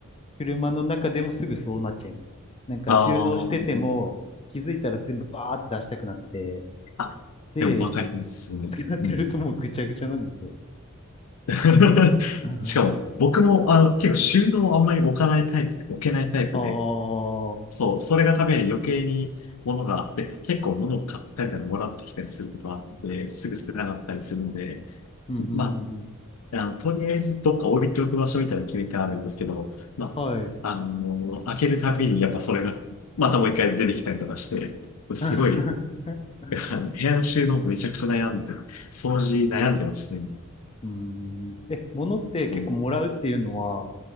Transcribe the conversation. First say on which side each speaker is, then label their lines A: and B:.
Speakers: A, on the left; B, on the left.
A: 車の中でもすぐそうなっちゃいます。なんか、
B: ああーうん
A: 収納してても、気づいたら全部バーって出したくなって、
B: あ、
A: で、
B: でもわかります。う
A: 使ってるともうぐちゃぐちゃなんですよ。
B: ん。<laughs>
A: <laughs>
B: しかも、僕も、あの、結構収納をあんまり置かないタイプで、置けないタイプで、
A: ああ、うん、
B: そう、それがために余計に物が、で、結構物を買ったりとかもらってきたりすることがあって、すぐ捨てなかったりするので、
A: うん、うん、
B: まあ、あの、とりあえずどっか置いておく場所みたいなの決めてあるんですけど、ま
A: うん。はい。
B: あ、あの、開けるたびにやっぱそれが、またもう一回出てきたりとかして、すごい、
A: <laughs>
B: あの、部屋の収納めちゃくちゃ悩んで、掃除悩んでますね。
A: うーん。え、物って結構もらうっていうのは、
B: そう。